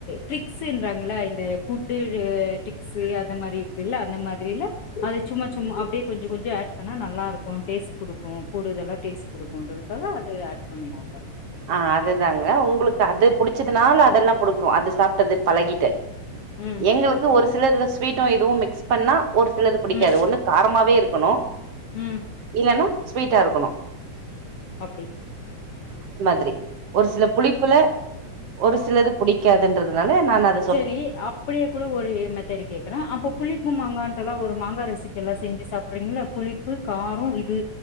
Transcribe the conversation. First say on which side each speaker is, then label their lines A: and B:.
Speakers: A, on the left; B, on the right.
A: ட்ரிக்ஸ்ஸுன்றாங்ளா இந்த ஃபுட்டு்ரு டிக் ஸு அந்த மாரி இருக்குல்ல அந்த மாதிரி இல்ல அது ச்சும்மா ச்சும்மா அப்டே கொஞ்சு கொஞ்சு ஆட் பண்ணா நல்லார்க்கு டேஸ்ட் குடுக்கோ கூடுதல்லா டேஸ்ட் குடுக்குன்றது பிற அது ஆட் பண்ணுவோ அவ்ளதா
B: ஆ அதுதாங்க உங்ளுக்கு அது புடிச்சதுனால அதல்லா புடுக்கு அது சாப்ட்டது பழகிட்டு
A: ம்
B: எங்களுக்கு ஒரு சிலதுல ஸ்வீட்டு இதுவு மிக்ஸ் பண்ணா ஒரு சிலது புடிக்காது
A: ம்
B: ஒண்ணு காரமாவே இருக்குணு
A: ம்
B: என்ன ஸ்வீட்டா இர்க்கணு
A: ஆப்டி
B: த்ரி ஒர் சில புளிப்புல ஒரு சிலது புடிக்காதுன்றதுனால நான் அத்
A: ச்செரி அப்படியே குழு ஒரு மெத்தடி கேக்குறா அப்பு புளிப்பு மாங்கான்ட்டாலா ஒரு மாங்கா ரெசிபில்லா செஞ்சி சாப்ரீங்ல புளி ப்பு காரோ இது